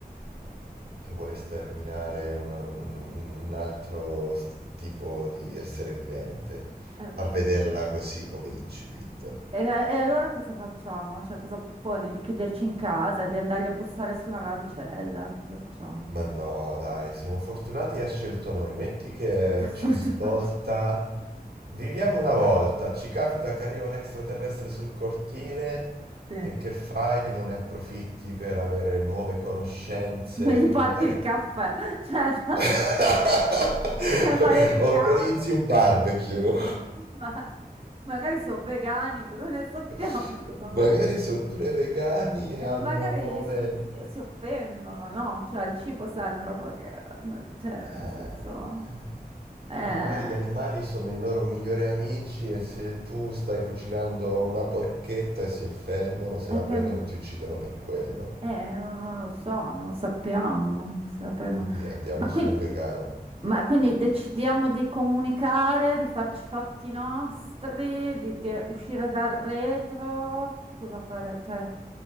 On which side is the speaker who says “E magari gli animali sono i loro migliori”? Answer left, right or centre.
Right